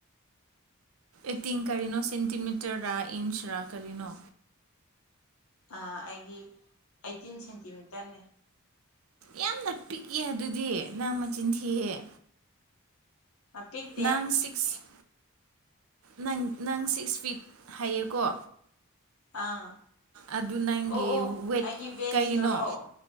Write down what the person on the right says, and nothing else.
ꯑꯦꯇꯤꯡ ꯀꯔꯤꯅꯣ ꯁꯦꯟꯇꯤꯃꯤꯇꯔꯔ ꯏꯟꯁꯔ ꯀꯔꯤꯅꯣ
ꯌꯥꯝꯅ ꯄꯤꯛꯑꯦ ꯑꯗꯨꯗꯤ ꯅ ꯃꯆꯤꯟ ꯊꯤꯑꯦ
ꯅꯪ ꯁꯤꯛꯁ ꯅꯪ ꯅꯪ ꯁꯤꯛꯁ ꯐꯤꯠ ꯍꯥꯏꯌꯦꯀꯣ
ꯑꯗꯨ ꯅꯪꯒꯤ
ꯋꯦꯠ
ꯀꯩꯅꯣ